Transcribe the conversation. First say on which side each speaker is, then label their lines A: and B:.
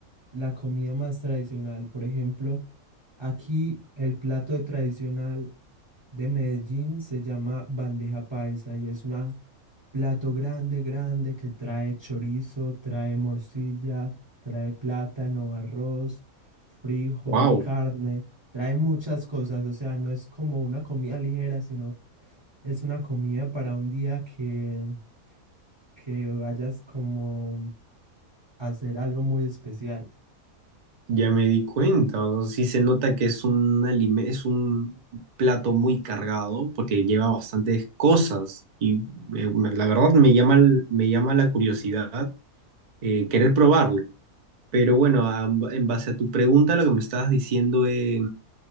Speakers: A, on the right; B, on the right.
A: la comida más tradicional? Por ejemplo, aquí el plato tradicional de Medellín se llama bandeja paisa y es un plato grande, grande que trae chorizo, trae morcilla, trae plátano, arroz, frijol,
B: Wow.
A: carne. Trae muchas cosas, o sea, no es como una comida ligera, sino es una comida para un día que, que vayas como a hacer algo muy especial.
B: Ya me di cuenta, o sea, sí se nota que es un alime- es un plato muy cargado porque lleva bastantes cosas y me- me- la verdad me llama, el- me llama la curiosidad eh, querer probarlo. Pero bueno, a- en base a tu pregunta, lo que me estabas diciendo, eh,